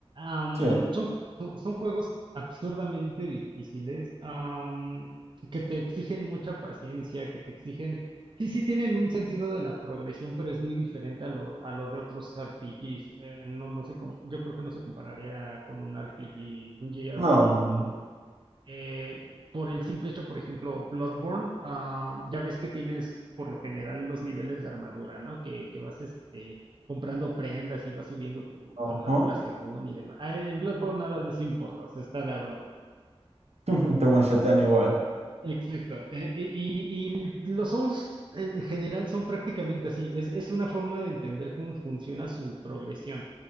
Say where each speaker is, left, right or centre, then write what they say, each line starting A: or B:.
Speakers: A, on the right; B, on the right.
A: Am,
B: Sí.
A: son, son, son juegos absurdamente difíciles, am, que te exigen mucha paciencia, que te exigen Sí, sí tienen un sentido de la progresión, pero es muy diferente a lo, a lo de otros RPGs. Eh, no, no se, com- yo creo que no se compararía con un RPG, un JRPG
B: No, no,
A: común.
B: no.
A: Eh, por el simple hecho, por ejemplo, Bloodborne, ah, ya ves que tienes por lo general los niveles de armadura, ¿no? Que, que vas este, comprando prendas y vas subiendo tu,
B: Ajá.
A: tu armadura según y demás. Ah, en Bloodborne nada de eso importa, o sea, está de adorno.
B: <laughs> Te one-shotean igual.
A: Exacto. eh, y, y- y los Souls en general son prácticamente así. Es, es una forma de entender cómo funciona su progresión.